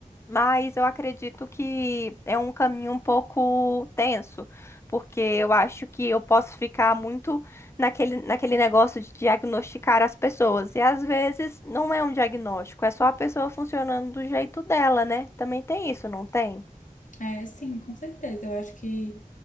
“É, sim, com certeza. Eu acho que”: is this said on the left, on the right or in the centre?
Left